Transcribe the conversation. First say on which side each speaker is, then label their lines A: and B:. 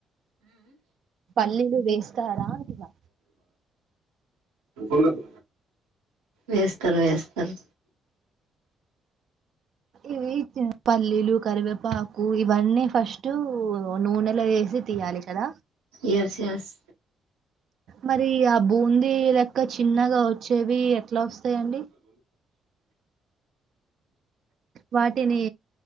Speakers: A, on the right; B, on the right.
A: పల్లీలు వేస్తారా అంటున్నా
B: ఉమ్ వేస్తారు వేస్తారు
A: ఇవి పల్లీ లు కరివేపాకు ఇవన్నీ ఫస్ట్ నూనెలో వేసి తీయాలి కదా
B: యస్ యస్
A: మరి ఆ బూందీ లెక్క చిన్నగా వచ్చేవి ఎట్లా వస్తాయండి వాటిని